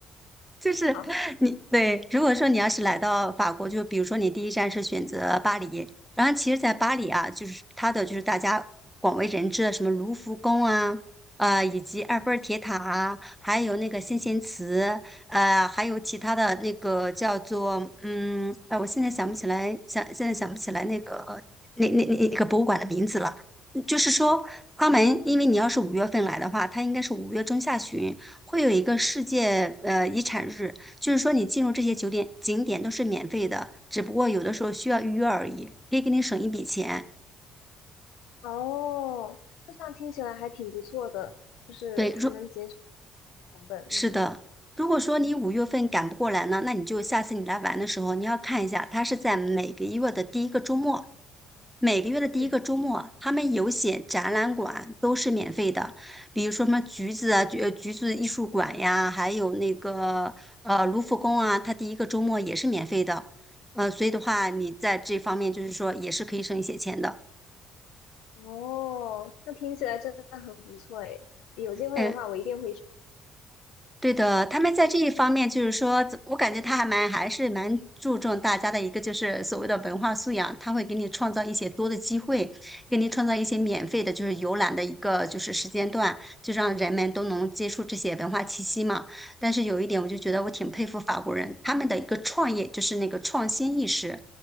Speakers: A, in the centre; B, on the left.
A: 就是
B: 好。
A: 你对，如果说你要是来到法国，就比如说你第一站是选择巴黎，然后其实，在巴黎啊，就是它的就是大家广为人知的什么卢浮宫啊，呃，以及埃菲尔铁塔啊，还有那个先贤祠，呃，还有其他的那个叫做嗯，哎、我现在想不起来，想现在想不起来那个那那那那个博物馆的名字了。嗯就是说，他们因为你要是五月份来的话，它应该是五月中下旬。会有一个世界呃遗产日，就是说你进入这些酒店景点都是免费的，只不过有的时候需要预约而已，可以给你省一笔钱。
B: 哦，那这样听起来还挺不错的，就是还能节省
A: 对，如
B: 成本，
A: 是的，
B: 嗯。
A: 如果说你五月份赶不过来呢，那你就下次你来玩的时候，你要看一下，它是在每个月的第一个周末，每个月的第一个周末，
B: 嗯，
A: 他们有写展览馆都是免费的，比如说什么橘子啊，橘呃橘子艺术馆呀，还有那个呃卢浮宫啊，它第一个周末也是免费的，呃，所以的话，你在这方面就是说也是可以省一些钱的。
B: 哦，那听起来真的很不错诶，有机会的话我一定会。
A: 哎，
B: 去。
A: 对的，他们在这一方面，就是说，我感觉他还蛮还是蛮注重大家的一个就是所谓的文化素养，他会给你创造一些多的机会，给你创造一些免费的，就是游览的一个就是时间段，就让人们都能接触这些文化气息嘛。但是有一点，我就觉得我挺佩服法国人，他们的一个创业就是那个创新意识，